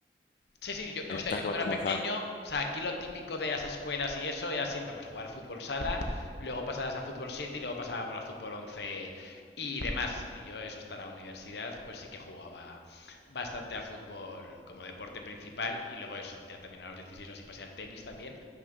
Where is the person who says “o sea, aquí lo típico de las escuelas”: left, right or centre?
Left